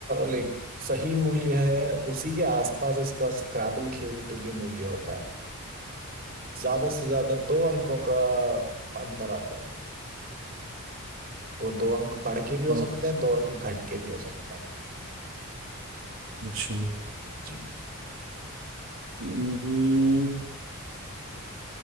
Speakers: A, on the right; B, on the right.
A: लाइक सही मूल्य है उसी के आसपास इसका स्क्रैबल खेल पे भी मूल्य होता है ज्यादा से ज्यादा दो अंकों का अंतर आता है वो दो अंक बढ़ के भी
B: अ,
A: हो सकते हैं दो अंक घट के भी हो सकते हैं
B: अच्छा
A: जी
B: हम्म,